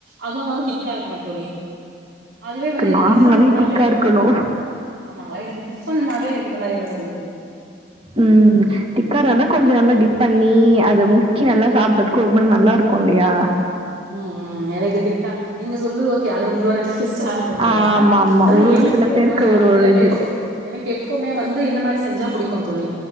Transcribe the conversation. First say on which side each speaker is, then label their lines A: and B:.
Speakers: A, on the right (about 85°); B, on the right (about 30°).
A: அதுவு வந்து திக்கா இருக்கணு தோழி அதுவே வந்து எனக்கு
B: நார்மலாவே
A: டிஃபனுக்குனாவே
B: திக்கா இருக்கணும்.
A: ஆமாங்க எனக்கு டிஃபனுனாவே எனக் இது மாரி என்னோட <unintelligible>
B: உம் திக்காரந்தா கொஞ்ச நல்லா டிப் பண்ணி அத முக் கி நல்லா சாப்புறதுக்கு ஒரு மா நல்லா இருக் கொல்லயா
A: உம் உம் எனக்கு திக்கா நீங்க சொல்லுது ஓகே அது உங்ளோட டெஸ்டா இருக்கும் போல
B: ஆமாமா.
A: ஆனா
B: ஒரு ஒரு
A: எனக்கு
B: சில பேருக்கு
A: ஆ
B: ஒரு ஒரு
A: சில
B: இது.
A: பேருக்கு எனக்கு எப்பவ்மே வந்து இந்த மாரி செஞ்சா புடிக்கு தோழி